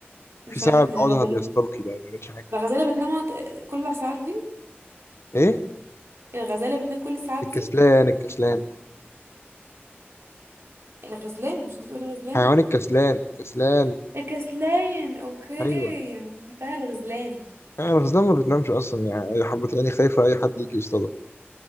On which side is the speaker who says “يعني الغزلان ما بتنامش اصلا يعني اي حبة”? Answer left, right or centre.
Left